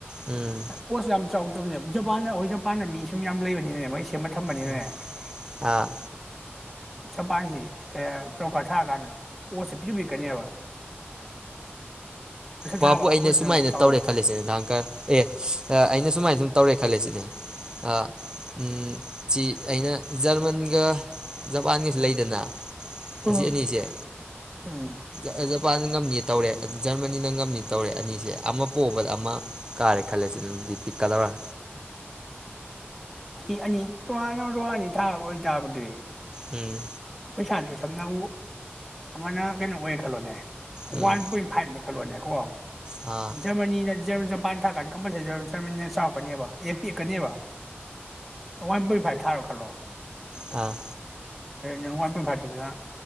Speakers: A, on the right (about 20°); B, in the centre.
A: ꯎꯝ
B: ꯑꯣꯠꯁ ꯌꯥꯝ ꯆꯥꯎꯗꯕꯅꯦꯕ ꯖꯄꯥꯟꯅ ꯑꯣꯏ ꯖꯄꯥꯟꯅ ꯃꯤ ꯁꯨꯝ ꯌꯥꯝ ꯂꯩꯕꯅꯤꯅꯅꯦ ꯃꯥꯏꯁꯦ ꯀꯦꯃ ꯊꯝꯕꯅꯤꯅꯦ
A: ꯎꯝ ꯑꯥ
B: ꯖꯄꯥꯟꯁꯤ ꯇꯧꯀꯥꯔ ꯊꯥꯔ <unintelligible>
A: ꯕꯥꯥꯕꯨ
B: ꯊꯥꯕ
A: ꯑꯩꯅ
B: ꯑꯃꯗꯨꯅ
A: ꯁꯨꯃꯥꯏꯅ
B: ꯑꯃꯨꯛ ꯆꯥꯎꯕꯗꯣ
A: ꯇꯧꯔꯦ ꯈꯜꯂꯁꯤꯅꯦ ꯙꯥꯡꯀꯔ ꯑꯦ ꯑꯩꯅ ꯁꯨꯃꯥꯏꯅ ꯁꯨꯝ ꯇꯧꯔꯦ ꯈꯜꯂꯁꯤꯅꯦ ꯑ ꯎꯝ ꯁꯤ ꯑꯩꯅ ꯖꯔꯃꯟꯒ ꯖꯄꯥꯟꯒꯁꯨ ꯂꯩꯗꯅ
B: ꯎꯝ
A: ꯑꯁꯤ ꯑꯅꯤꯁꯦ
B: ꯎꯝ
A: <unintelligible> ꯖꯄꯥꯟ ꯉꯝꯅꯤ ꯇꯧꯔꯦ ꯖꯔꯃꯅꯤ ꯅꯪ ꯉꯝꯅꯤ ꯇꯧꯔꯦ ꯑꯅꯤꯁꯦ ꯑꯃ ꯄꯣꯕꯗ ꯑꯃ ꯀꯥꯔꯦ ꯈꯜꯂꯁꯤ ꯅꯪꯗꯤ ꯄꯤꯛꯀꯗꯧꯔ
B: ꯑꯅꯤ ꯑꯅꯤ ꯇꯣꯉꯥꯟꯅ ꯗ꯭ꯔꯣꯑꯅꯤ ꯇꯥ ꯑꯣꯏꯇꯥꯥꯔꯕꯨꯗꯤ
A: ꯎꯝ
B: ꯄꯩꯁꯥꯗꯨ ꯁꯝꯅꯕꯨ ꯑꯃꯅ ꯀꯩꯅꯣ ꯑꯣꯏ ꯈꯜꯂꯣꯅꯦ
A: ꯎꯝ
B: ꯋꯥꯟ ꯄꯣꯏꯟ ꯐꯥꯏꯚ ꯅꯤ ꯈꯜꯂꯣꯅꯦ ꯀꯣ
A: ꯑꯥ
B: ꯖꯔꯃꯅꯤꯅ ꯖꯔꯃꯟ ꯖꯄꯥꯟ ꯊꯥ ꯀꯥꯟꯗ ꯀꯝꯄꯜꯁꯔꯤ ꯖꯔꯃꯟ ꯆꯥꯎꯔꯛꯀꯅꯦꯕ ꯑꯦ ꯄꯤꯛꯀꯅꯦꯕ ꯋꯥꯟ ꯄꯣꯏꯟ ꯐꯥꯏꯚ ꯊꯔꯦ ꯈꯂꯣ
A: ꯑꯣ
B: ꯅꯪ ꯋꯥꯟ ꯄꯣꯏꯟ ꯐꯥꯏꯐꯇꯨꯅ